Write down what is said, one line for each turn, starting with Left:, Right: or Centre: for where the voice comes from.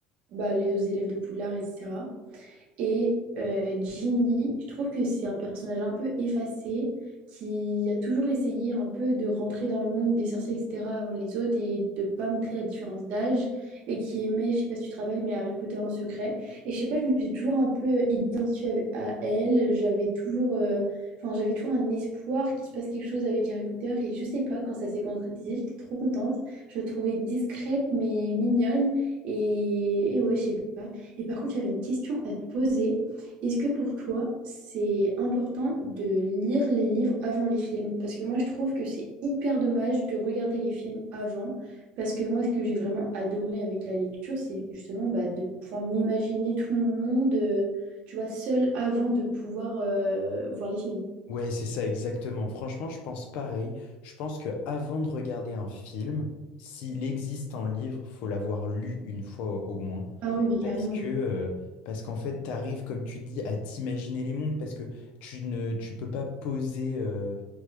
Right: bah, les autres élèves de Poudlard, etc. Et euh, Ginny, je trouve que c'est un personnage un peu effacé, qui a toujours essayé un peu de rentrer dans le monde des sorciers, etc., avant les autres, et de pas montrer la différence d'âge, et qui aimait, je sais pas si tu te rappelles, mais Harry Potter en secret. Et je sais pas, je me suis toujours un peu euh, identifiée avec- à elle, j'avais toujours, euh, enfin, j'avais toujours un espoir qu'il se passe quelque chose avec Harry Potter, et je sais pas, quand ça s'est concrétisé, j'étais trop contente. Je la trouvais discrète, mais mignonne, et, et ouais, je sais pas. Et par contre, j'avais une question à te poser. Est-ce que pour toi, c'est important de lire les livres avant les films? Parce que moi, je trouve que c'est hyper dommage de regarder les films avant. Parce que moi, ce que j'ai vraiment adoré avec la lecture, c'est justement bah, de pouvoir m'imaginer tout mon monde, euh, tu vois, seul avant de pouvoir euh, voir les films.
Left: Ouais, c'est ça exactement. Franchement, je pense pareil. Je pense que avant de regarder un film, s'il existe en livre, faut l'avoir lu une fois au au moins.
Right: Ah oui, mais
Left: Parce
Right: carrément.
Left: que, euh, parce qu'en fait, t'arrives, comme tu dis, à t'imaginer les mondes, parce que tu ne, tu peux pas poser. euh,